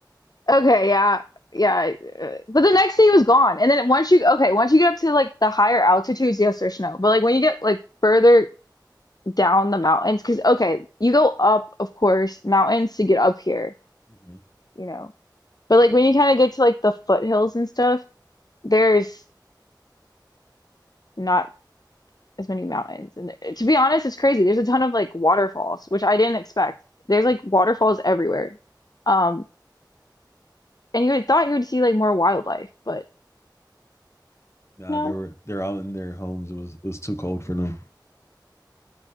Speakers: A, on the left; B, on the left.
A: Okay, yeah, yeah. uh, But the next day he was gone. And then once you okay, once you get up to like the higher altitudes, yes, there's snow. But like when you get like further down the mountains, because okay, you go up, of course, mountains to get up here,
B: hmm
A: you know. But like when you kind of get to like the foothills and stuff, there's not as many mountains. And th- to be honest, it's crazy. There's a ton of like waterfalls, which I didn't expect. There's like waterfalls everywhere. Um, and you had thought you would see like more wildlife, but
B: Nah,
A: no.
B: they were they're out in their homes. It was it was too cold for them.